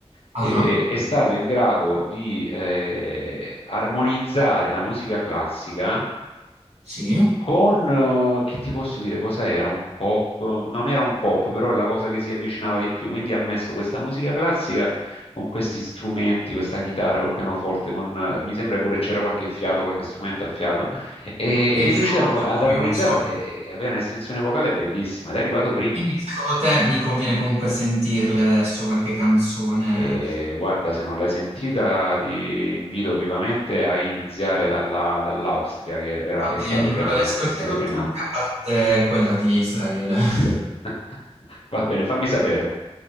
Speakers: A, on the left; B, on the right.
A: eh,
B: ah,
A: è stato in grado di eh, armonizzare la musica classica
B: sì,
A: con, eh, che ti posso dire, cosa era? Un pop? Non era un pop, però è la cosa che si avvicinava di più. Quindi ha messo questa musica classica con questi strumenti, questa chitarra col pianoforte, con, eh, mi sembra pure c'era qualche fiato, qualche strumento a fiato, e-
B: ok,
A: ed è riuscito
B: sono
A: a
B: molto
A: mo- ad
B: curioso.
A: armonizzarla e, e aveva un'estensione vocale bellissima ed è arrivato primo.
B: Quindi secondo te mi conviene comunque sentirle adesso qualche canzone?
A: E guarda, se non l'hai sentita, ti invito vivamente a iniziare dalla- dall'Austria, che però
B: Va
A: è
B: bene,
A: stato
B: allora
A: prema-
B: le ascolterò
A: è stato premiato.
B: tutte a parte quella di Israele. <laughs>
A: <laughs> Va bene, fammi sapere,